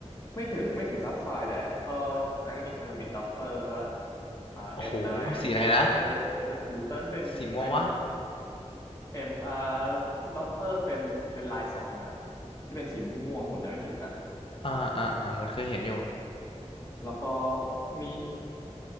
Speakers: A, on the left (about 30°); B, on the left (about 50°).
A: ไม่ถึงไม่ถึงซับไฟร์แต่ก็นั้นก็มีคาลัมบิดดัปเปอร์ป่ะอ่าเอ็มไน
B: โอ้โหสีอะไรนะ
A: ไทเกอร์ไทเกอร์ทูตอนนั้นเป็นเป็น
B: สีม่วงวะ
A: เอ็มอาร์ดัปเปอร์เป็นเป็นลายสองอ่ะที่เป็นสีม่วงๆผมจำไม่ผิดนะ
B: อ่าอ่าอ่าเหมือนเคยเห็นอยู่
A: แล้วก็
B: โห
A: มี